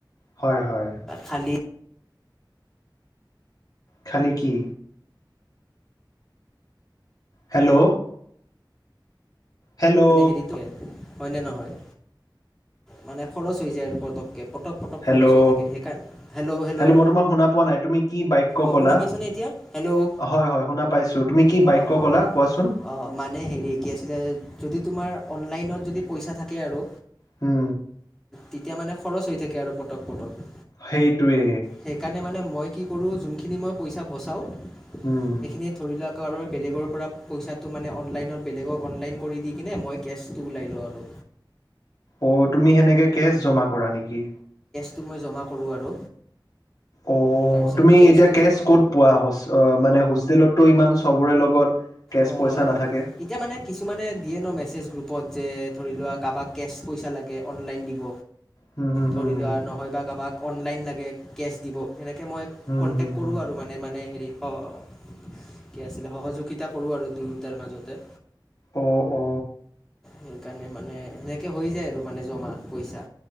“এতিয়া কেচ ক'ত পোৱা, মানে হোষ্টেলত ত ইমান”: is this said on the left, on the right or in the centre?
Left